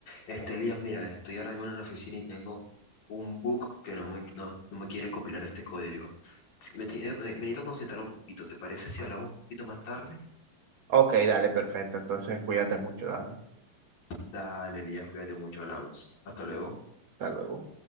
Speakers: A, on the left; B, on the right.
A: Este, Elías, mira, estoy ahora mismo en la oficina y tengo un bug que no me, no, no me quiere compilar este código. Si- Me, tiene- me necesito concentrar un poquito. ¿Te parece si hablamos un poquito más tarde?
B: Ok, dale, perfecto. Entonces, cuídate mucho, Dani.
A: Dale, Elías, cuídate mucho, hablamos. Hasta luego.
B: Hasta luego.